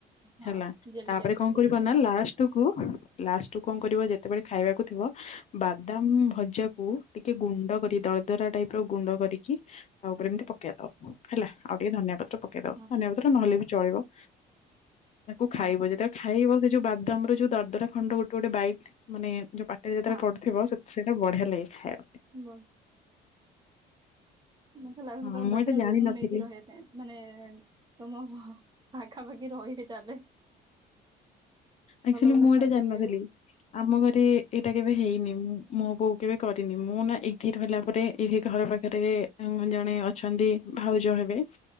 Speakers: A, on the right; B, on the left.
A: ହଁ
B: ହେଲା
A: ଜେଲି
B: ତାପରେ
A: ଟାଇପ
B: କଣ
A: ର ସେ
B: କରିବ
A: ହେଇଯାଏ
B: ନା ଲାଷ୍ ଟୁକୁ ଲାଷ୍ଟ୍ କୁ କଣ କରିବ ଯେତେବେଳେ ଖାଇବାକୁ ଥିବ ବାଦାମ ଭଜାକୁ ଟିକେ ଗୁଣ୍ଡ କରି ଦରଦରା ଟାଇପର ଗୁଣ୍ଡ କରିକି ତା ଉପରେ ଏମିତି ପକେଇ ଦବ ହେଲା ଆଉ ଟିକେ ଧନିଆ ପତ୍ର ପକେଇ ଦବ
A: ହଁ
B: ଧନିଆ ପତ୍ର ନହେଲେ ବି ଚଳିବ। ତାକୁ ଖାଇବ
A: ହଁ
B: ଯେତେବେଳେ ଖାଇବ ବି ଯୋଉ ବାଦାମ ର ଯୋଉ ଦରଦରା ଖଣ୍ଡ ଗୋଟେ ଗୋଟେ ବାଇଟ୍ ମାନେ ଯୋଉ ପା ଟିରେ ଯେତେଳେ
A: ହଁ
B: ପଡ଼ୁଥିବ ସେତ ସେଟା ବଢ଼ି ଲାଗେ ଖାଇବା ପାଇଁ
A: ବ ମତେ ଲାଗୁଛି ତମ
B: ହଁ ମୁଁ
A: ପାଖରେ
B: ଏଇଟା ଜାଣିନଥିଲି।
A: ରୁମ ନେଇକି ରହିବା ପାଇଁ ମାନେ ତମ ଘ ପାଖାପାଖି ରହିବି ତାଲେ।
B: ଆକଚୁଲି
A: ଭଲ
B: ମୁଁ
A: ଖାଇବା
B: ଏଇଟା ଜାଣିନଥିଲି।
A: ମିଳିବ
B: ଆମ ଘରେ ଏଇଟା କେବେ ହେଇନି ମୁଁ ମୋ ବୋଉ କେବେ କରିନି ମୁଁ ନା ଏଇଠି ରହିଲା ପରେ ଏଇଠି ଘର ପା ରେ ଜଣେ ଅଛନ୍ତି ଭାଉଜ ହେବେ।